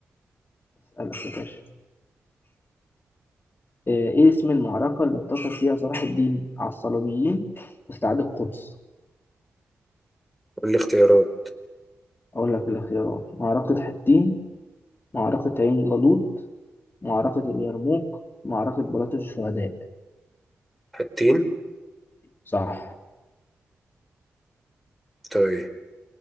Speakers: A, on the left; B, in the centre.
A: أسألك يا باشا آه، ايه اسم المعركة اللي انتصر فيها صلاح الدين على الصليبيين واستعاد القدس
B: قول لي اختيارات
A: اقول لك الاختيارات معركة حطين معركة عين جالوت معركة اليرموك معركة بلاط الشهداء
B: حاجتين
A: صح
B: طيب